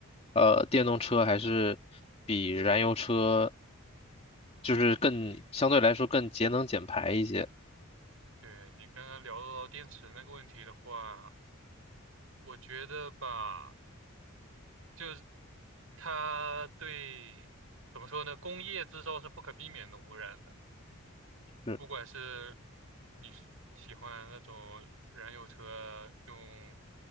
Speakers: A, on the left (about 30°); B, on the right (about 70°).
A: 呃，电动车还是比燃油车就是更相对来说更节能减排一些，
B: 对，你刚刚聊到电池那个问题的话，我觉得吧，就是它对，怎么说呢，工业制造是不可避免的污染的。
A: 是
B: 不管是你是喜欢那种燃油车用